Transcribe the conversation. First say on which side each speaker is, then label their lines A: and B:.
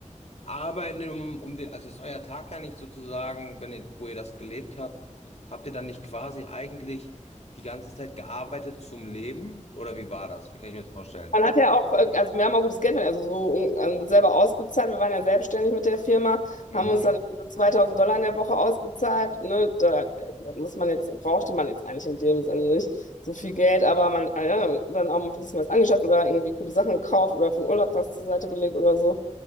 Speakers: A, on the left (about 55°); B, on the left (about 80°).
A: arbeiten, um, um den, also ist euer Tag ja nicht sozusagen, wenn ihr, wo ihr das gelebt habt, habt ihr dann nicht quasi eigentlich die ganze Zeit gearbeitet zum Leben? Oder wie war das? Wie kann ich mir das vorstellen?
B: Man hat ja auch, äh, also wir haben auch gutes Geld verdient, also so so, ähm, selber ausgezahlt. Wir waren ja selbstständig mit der Firma,
A: Mhm.
B: haben uns dann so 2000 Dollar in der Woche ausgezahlt. Ne? Da, das muss man jetzt, brauchte man jetzt eigentlich in dem Sinne nicht so viel Geld, aber man äh, ja, dann auch ein bisschen was angeschafft oder irgendwie coole Sachen gekauft oder für den Urlaub was zur Seite gelegt oder so.